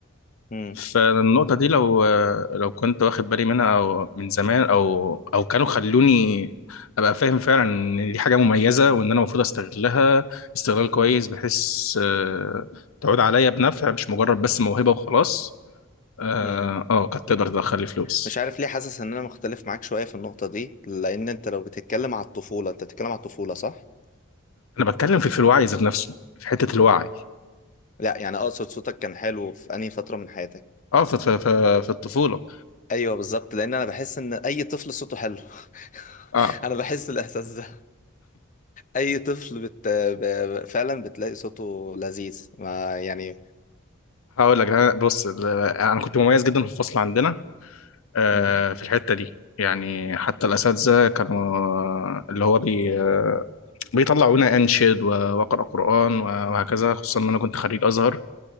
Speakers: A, on the left; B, on the left.
A: مم.
B: فالنقطة دي لو لو كنت واخد بالي منها أو من زمان أو أو كانوا خلوني أبقى فاهم فعلا إن دي حاجة مميزة وإن أنا المفروض أستغلها استغلال كويس بحيث آه، تعود عليا بنفع مش مجرد بس موهبة وخلاص آه
A: مم.
B: آه، كانت تقدر تدخل لي فلوس
A: مش عارف ليه حاسس ان انا مختلف معاك شوية في النقطة دي لان انت لو بتتكلم على الطفولة انت بتتكلم على الطفولة صح؟
B: أنا بتكلم في في الوعي ذات نفسه في حتة الوعي
A: لا يعني اقصد صوتك كان حلو في انهي فترة من حياتك
B: أه في في في في الطفولة
A: ايوه بالظبط لان انا بحس ان اي طفل صوته حلو <laughs>
B: أه
A: انا بحس الاحساس ده اي طفل بت... ب... ب- فعلا بتلاقي صوته لذيذ ما يعني
B: هقول لك أنا- بص أنا كنت مميز جدا في الفصل عندنا آه،
A: مم.
B: في الحتة دي يعني حتى الأساتذة كانوا آه، اللي هو بي بيطلعونا أنشد و- وأقرأ قرآن وهكذا خصوصا إن أنا كنت خريج أزهر